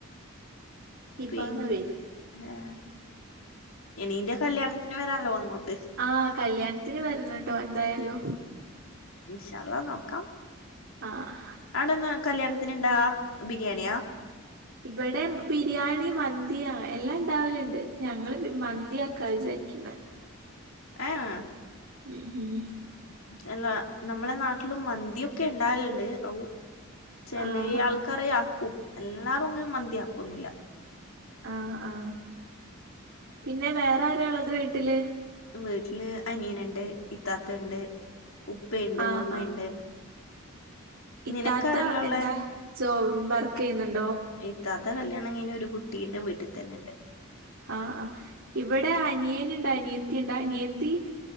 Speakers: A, on the right; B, on the left.
A: ഹിബാന്ന
B: പിന്ന്‌
A: പേര്
B: ഹേ എനീന്റെ കല്യാണത്തിന് വരാല്ലോ അങ്ങോട്
A: ആഹ് കല്യാണത്തിന് വരണം ട്ടോ എന്തായാലും
B: ഇന്ഷാ അല്ലാഹ് നോക്കാം
A: ആഹ്
B: അടന്ന് കല്യാണത്തിന് എന്താ ബിരിയാണിയാ
A: ഇവടെ ബിരിയാണി മന്തി എല്ലാം ഇണ്ടാവല്ണ്ട് ഞങ്ങള് മന്തി വെക്ക വിചാരിക്കുന്ന
B: ആഹ് ഏഹ്
A: ഊം
B: അല്ല നമ്മളെ നാട്ടിലും മന്തി ഒക്കെ ഇണ്ടാൽണ്ട് അഉം ചെലേ
A: ആഹ്
B: ആൾക്കാരെ
A: ആഹ്
B: ആക്കും എല്ലാ റും അങ്ങന മന്തിയാകൊന്നില്ല
A: ആഹ് ആ പിന്നെ വേറെ ആരാള്ളത് വീട്ടില്?
B: വീട്ടില് അനിയനണ്ട് ഇത്താത്ത ഇണ്ട് ഉപ്പയുണ്ട്
A: ആഹ്
B: ഉമ്മയുണ്ട്
A: ആഹ് ഇത്താത്ത
B: നിനക്കാരല്ലോള്ളേ
A: എന്താ സോ വർക്ക് ചെയ്യുന്നുണ്ട്
B: ഇത്താത്ത കല്യാണം കഴിന്ന് ഒരു കുട്ടി ട്ടീന്റെ വീട്ടിതന്നെണ്ട്
A: ആ ആ് ഇവിടെ അനിയനുണ്ട് അനിയത്തി ഉണ്ട് അനിയത്തി